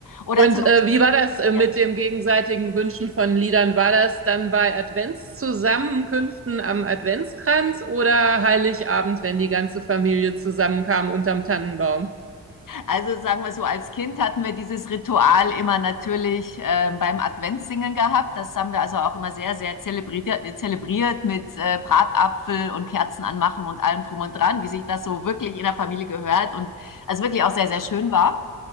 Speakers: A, on the left; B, on the right.
A: Oder
B: Und
A: zum
B: äh,
A: Beispiel,
B: wie war das äh,
A: ja,
B: mit dem gegenseitigen Wünschen von Liedern? War das dann bei Adventszusammenkünften am Adventskranz oder Heiligabend, wenn die ganze Familie zusammenkam unterm Tannenbaum?
A: also sagen wir so, als Kind hatten wir dieses Ritual immer natürlich ähm, beim Adventssingen gehabt. Das haben wir also auch immer sehr, sehr zelebriert, äh, zelebriert mit äh, Bratapfel und Kerzen anmachen und allem drum und dran, wie sich das so wirklich in der Familie gehört und also wirklich auch sehr, sehr schön war.